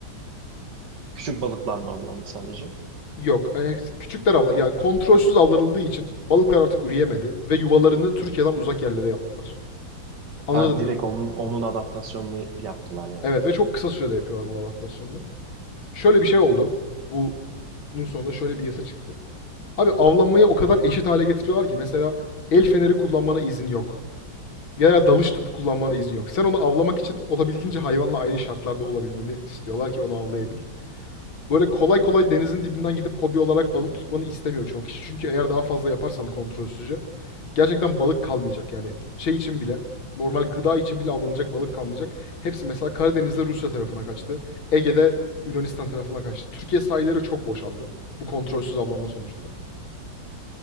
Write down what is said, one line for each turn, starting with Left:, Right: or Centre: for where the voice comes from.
Right: Küçük balıklar mı avlandı sadece?
Left: Yok. e, küçükler avlan. Ya kontrolsüz avlanıldığı için balıklar artık üreyemedi ve yuvalarını Türkiye'den uzak yerlere yaptılar. Anladın
Right: Ha, direkt
Left: değil mi?
Right: onun, onun adaptasyonunu yaptılar yani.
Left: Evet ve çok kısa sürede yapıyorlar bunu adaptasyonunu. Şöyle bir şey oldu. Bunun sonunda şöyle bir yasa çıktı. Abi avlanmayı o kadar eşit hale getiriyorlar ki mesela el feneri kullanmana izin yok. Veya dalış tüpü kullanmana izin yok. Sen onu avlamak için olabildiğince hayvanla aynı şartlarda olabilmeni istiyorlar ki onu avlayabil. Böyle kolay kolay denizin dibinden gidip hobi olarak balık tutmanı istemiyor çoğu kişi. Çünkü eğer daha fazla yaparsan kontrolsüzce gerçekten balık kalmayacak. Yani şey için bile normal gıda için bile avlanacak balık kalmayacak. Hepsi mesela Karadeniz'de Rusya tarafına kaçtı. Ege'de Yunanistan tarafına kaçtı. Türkiye sahilleri çok boşaldı bu kontrolsüz avlanma sonucunda.